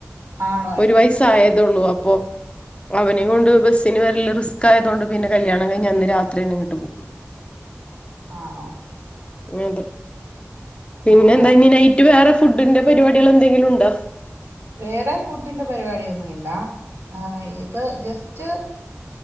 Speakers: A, on the right (about 65°); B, on the left (about 25°).
A: ആണോ
B: ഒരു വയസായതുള്ളൂ.
A: കു
B: അപ്പൊ അവനെയും കൊണ്ട് ബസ്സിന് വരല് റിസ്ക് ആയതോണ്ട് പിന്നെ കല്യാണം കഴിഞ്ഞന്ന് രാത്രി തന്നെ ഇങ്ങട്ട് പോന്നു.
A: ആണോ.
B: അതെ. പിന്നെ
A: ആഹ്
B: എന്താ ഇനി നൈറ്റ് വേറെ ഫുഡിന്റെ പരിപാടികൾ എന്തെങ്കിലുണ്ടാ?
A: വേറെ ഫുഡിന്റെ പരിപാടിയൊന്നും ഇല്ല. ആഹ് ഇത് ജസ്റ്റ്